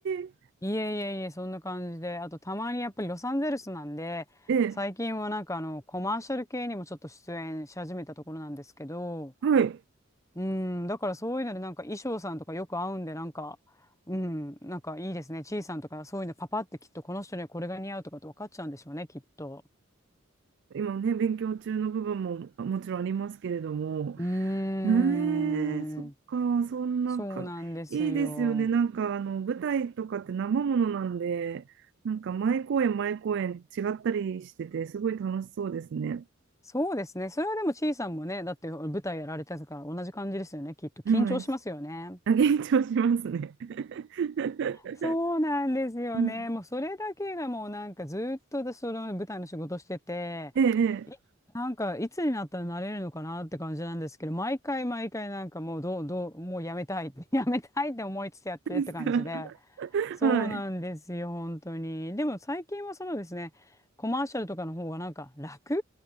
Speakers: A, on the right (about 60°); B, on the left (about 15°).
A: い。
B: いえいえいえ、そんな感じで、あとたまにやっぱりロサンゼルスなんで、
A: え、
B: 最近はなんかあのコマーシャル系にもちょっと出演し始めたところなんですけど、
A: はい。
B: うん、だからそういうのでなんか衣装さんとかよく合うんでなんか、うん、なんかいいですね。ちいさんとかそういうのパパってきっとこの人にはこれが似合うとかって分かっちゃうんでしょうね、きっと。
A: 今ね、勉強中の部分もあもちろんありますけれども、
B: うーん。
A: えー、そっか、そんなか、
B: そうなんですよ。
A: いいですよね。なんか、あの、舞台とかって生ものなんで、なんか、毎公演、毎公演違ったりしてて、すごい楽しそうですね。
B: そうですね。それはでもちいさんもね、だって舞台やられてたから同じ感じですよね、きっと。緊張しますよね。
A: はい。あ、緊張しますね。<laughs>
B: そうなんですよね。
A: うん。
B: もうそれだけがもうなんかずっと私その舞台の仕事してて、
A: ええ、え
B: いなんかいつになったらなれるのかなって感じなんですけど、毎回毎回なんかもうどう、どう、もうやめたいって、<laughs> やめたいって思いつつやってるって感じで。
A: え <laughs>。
B: そうなんですよ、
A: はい。
B: 本当に。でも最近はそのですね、コマーシャルとかの方がなんか楽